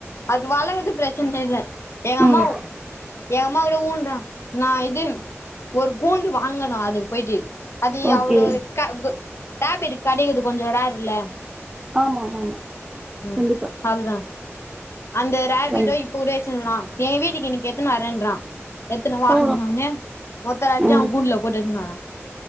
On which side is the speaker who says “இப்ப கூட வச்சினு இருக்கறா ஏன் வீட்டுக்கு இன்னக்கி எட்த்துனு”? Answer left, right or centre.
Left